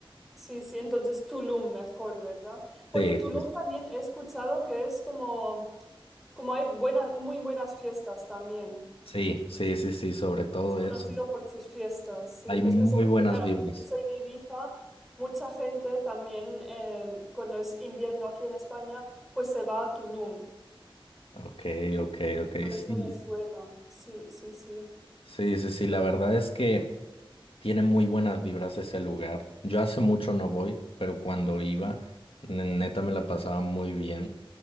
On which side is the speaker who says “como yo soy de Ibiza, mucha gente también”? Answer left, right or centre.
Centre